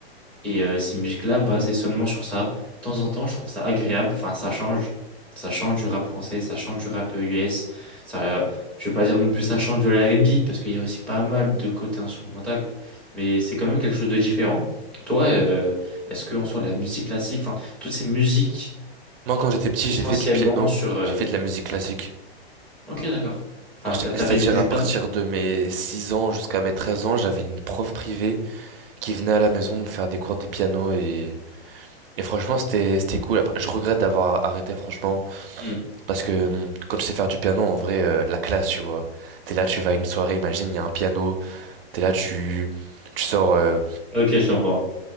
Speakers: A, in the centre; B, on the right.
A: Et euh, ces musiques-là, basées seulement sur ça, de temps en temps, je trouve ça agréable. Enfin, ça change. Ça change du rap français, ça change du rap euh, US. Ça, je ne veux pas dire non plus ça change de la R&B, parce qu'il y a aussi pas mal de côté instrumental. Mais c'est quand même quelque chose de différent. Toi, euh, est-ce qu'en soit la musique classique, enfin, toutes ces musiques
B: Moi, quand j'étais petit,
A: essentiellement
B: j'ai fait du piano.
A: sur... euh,
B: J'ai fait de la musique classique.
A: Ok, d'accord. Enfin,
B: Quand j'étais-
A: t'as, t'as
B: C'est-à-dire,
A: fait du coup du
B: à partir
A: piano?
B: de mes 6 ans jusqu'à mes 13 ans, j'avais une prof privée qui venait à la maison me faire des cours de piano et, et franchement, c'était, c'était cool. Après, Je regrette d'avoir arrêté, franchement.
A: Hmm.
B: Parce que hum, comme tu sais faire du piano, en vrai, euh, la classe, tu vois. T'es là, tu vas à une soirée, imagine, il y a un piano. T'es là, tu, tu sors euh,
A: Ok, je comprends.